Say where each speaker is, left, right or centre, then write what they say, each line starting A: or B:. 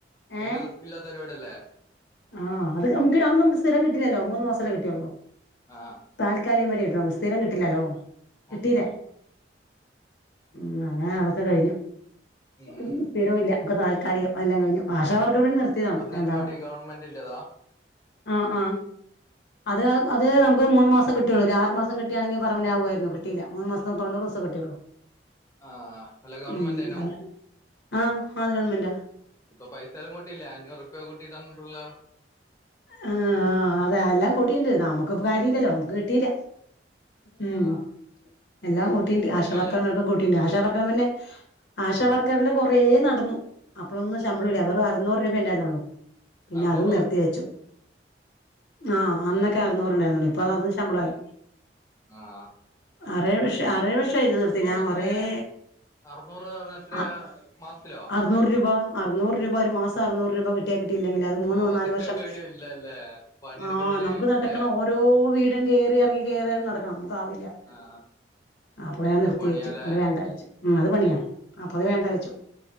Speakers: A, on the left; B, on the left.
A: വല്യ
B: ഏ?
A: റിസ്ക് ഇല്ലാത്ത പരിപാടിയല്ലേ
B: ആഹ് അത്കനമുക്ക് അന്നുംമുക്ക് സ്ഥിരം കിട്ടില്ലല്ലോ മൂന്ന് മാസല്ലേ കിട്ടിയുള്ളൂ.
A: ആ
B: താൽക്കാലികം വരെ കിട്ടു സ്ഥിരം കിട്ടില്ലല്ലോ. കിട്ടിയില്ല
A: ആഹ ഉം.
B: ഉം അങ്ങെനെ അതൊക്കെ കഴിഞ്ഞു
A: ഉം ഉം
B: ഒന്നും സ്ഥിരുല്ല. ക്ക താൽക്കാലികം അഎല്ലാം കഴിഞ്ഞു ആഷാവർ റിവിൻ നിർത്തിയതാണ്
A: അംഗൻവാടി
B: വേണ്ടവാണ്ട്
A: ഗവൺമെന്റിന്റെതാ
B: ആഹ ആ അത് നമുക്കൊരുമൂന്ന് മാസംകി ട്ടിയുള്ളൂ രാ ആറ് മാംസംകിട്ടിയാ ണെങ്കിൽ പറമെൻറ് ആകുരുന്നു. കിട്ടില്ല മൂന്ന്മാസത് തൊണ്ണൂറുസത് കിട്ടിയുള്ളൂ
A: ആഹ അല്ല ഗവൺമെൻ്റ്നോ
B: ഉം അതെ ആഹ് അത് ഗവൺമെന്റാ
A: ഇപ്പൊ പൈസലും കൂട്ടിയില്ലേ അഞ്ഞൂറുപ്യ കൂട്ടിതന്നുട്ടുള്ള
B: ആഹ അ അതെ ല്ലാം കൂട്ടിൻണ്ട് നമുക്ക്പ്പ കാര്യല്ലല്ലോ നമുക്ക് കിട്ടില്ല ഉം
A: ആ
B: എല്ലാം കൂട്ടിൻണ്ട്
A: ബാക്കിയില്ല
B: ആശവർക്കർ മാർകും കൂട്ടിൻണ്ട് ആശ വർക്കർ മ ന്നെ ആശ വർക്കർല്ലു കൊറേ നടന്നു അപ്പോളൊന്നും ശമ്പളുംല്ല വെറും അറുന്നൂറ് രൂപണ്ടായിരുന്നുള്ളോ പിന്നെ
A: അറുന്നൂറോ
B: അതും നിർത്തി വെച്ചു ആഹ് അന്നൊക്കെ
A: ഉം ഉം
B: അറുന്നൂറ് ണ്ടായിരുന്നുള്ളു ഇപ്പൊ അതും ശമ്പളായി
A: ആഹ് അ
B: അറേഴ് വഷ അറേഴ് വഷം ആയി ത് നിർത്തി ഞാൻ
A: എങ്ങനെ
B: കൊറേഏ
A: അറുന്നൂറ് പറഞ്ഞ എത്രയാ
B: അ
A: മാസത്തിലോ
B: അറുന്നൂറ് രൂപ അറുന്നൂറ് രൂപ ഒരു മാസം തം അറുന്നൂറ് രൂപ കിട്ടിയ കിട്ടയില്ലെ ങ്കിൽ അത്
A: ഓ
B: മൂന്നോ നാല് വഷം
A: എവിടെയും ഇല്ലല്ലേ പണിയെടുക്കുന്നതിന്
B: ആ് നമുക്ക് നടക്കണം
A: ല്ലേ
B: ഓരോ വീടും കേറിയറങ്ങി കേറിയറങ്ങി നടക്കണം കാവില്ല
A: ആ
B: അപ്പൊ വേം
A: എത്ര
B: നിർത്തി
A: പണിയാലേ
B: വെച്ചു അത് വേണ്ടാച്ചു ഉും അത് പണിയാ അപ്പൊ അത് വേണ്ട വെച്ച